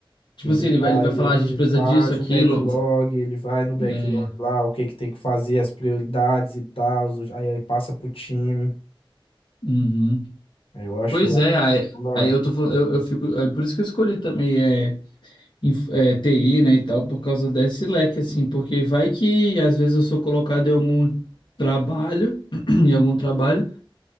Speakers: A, on the left; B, on the left.
A: Tipo
B: Ele
A: assim,
B: dá,
A: ele vai, ele vai
B: ele,
A: falar, "Ah, a gente
B: ele
A: precisa
B: faz
A: disso, aquilo.
B: o backlog,
A: v-
B: ele vai no backlog
A: É.
B: lá, o que que tem que fazer, as prioridades e tal, os- aí, aí passa pro time.
A: uhum.
B: Aí Eu acho,
A: Pois
B: eu
A: é,
B: acho.
A: aí,
B: isso da hora.
A: aí eu tô falando, eu, eu fico. É por isso que eu escolhi também é, inf- é, TI, né, e tal, por causa desse leque, assim, porque vai que às vezes eu sou colocado em algum trabalho, <clears throat> em algum trabalho,